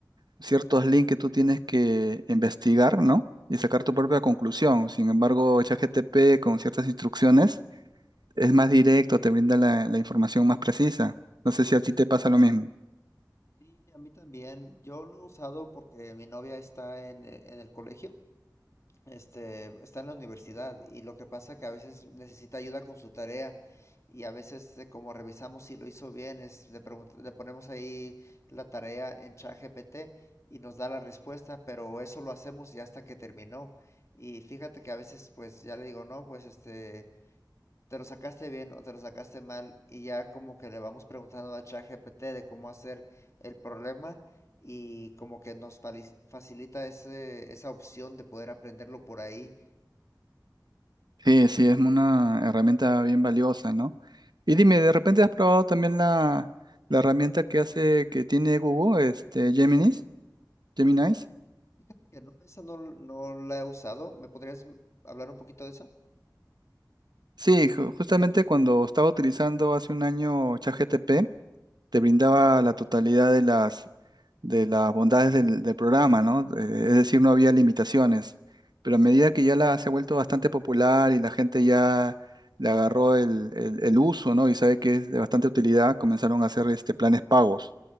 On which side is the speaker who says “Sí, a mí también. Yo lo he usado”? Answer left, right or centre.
Left